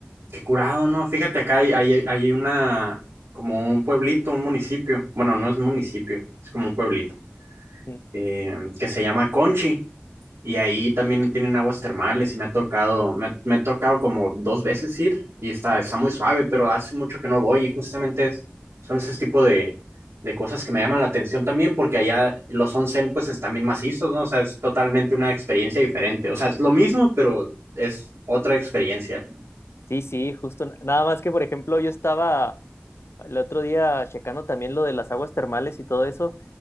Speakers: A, on the right; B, on the left.
A: Qué curado, ¿no? Fíjate acá hay, hay, hay una, como un pueblito, un municipio. Bueno, no es municipio, es como un pueblito,
B: Ujú.
A: eh, que se llama Conchi. Y ahí también tienen aguas termales y me ha tocado, me, me ha tocado como dos veces ir y está, está muy suave, pero hace mucho que no voy y justamente es- son ese tipo de, de cosas que me llaman la atención también porque allá los onsen pues están bien macizos, ¿no? O sea, es totalmente una experiencia diferente. O sea, es lo mismo, pero es otra experiencia.
B: Sí, sí, justo. Nada más que, por ejemplo, yo estaba el otro día checando también lo de las aguas termales y todo eso,